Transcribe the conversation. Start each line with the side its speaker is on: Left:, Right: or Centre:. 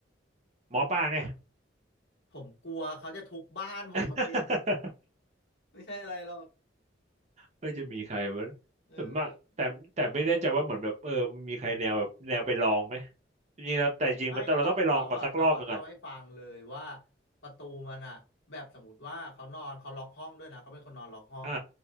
Right: หมอปลาไง
Left: ผมกลัวเขาจะทุบบ้านผมมาเอง
Right: <laughs>
Left: ไม่ใช่อะไรหรอก
Right: เออจะมีใครมั้ยส่วนมากแต่แต่ไม่แน่ใจว่าเหมือนแบบเออมันมีใครแนวแบบแนวไปลองไหม
Left: เออ
Right: จริงๆแล้วแต่จริงมันต้องเราต้องไปลองก่อนสักรอบหนึ่งก่อน
Left: ไม่เขาเขาอ่ะเขาอ่ะเล่าให้ฟังเลยว่าประตูมันอ่ะแบบสมมติว่าเขานอนเขาล็อกห้องด้วยนะเขาเป็นคนนอนล็อกห้อง
Right: อ่า